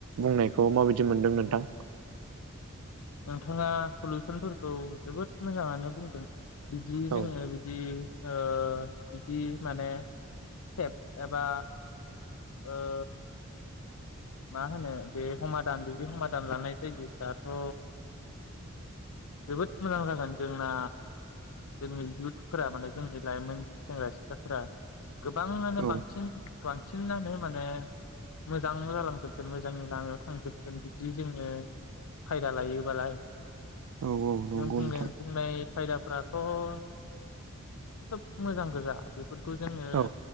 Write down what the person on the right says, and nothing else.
बुंनायखौ माबायदि मोनदों नोंथां
औ
औ
औ औ नंगौ
नोंथां।
औ